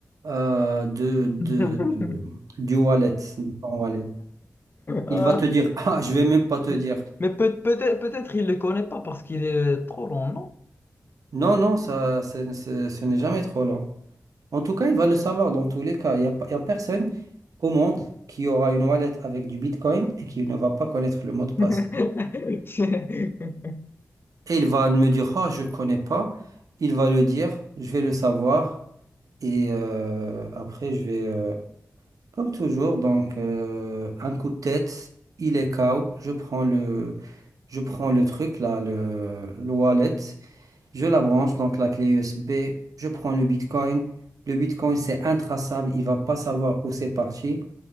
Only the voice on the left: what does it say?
<laughs>
Ah.
Mais
mais peut, peut-être, peut-être il ne le connaît pas parce qu'il est trop long, non?
<laughs>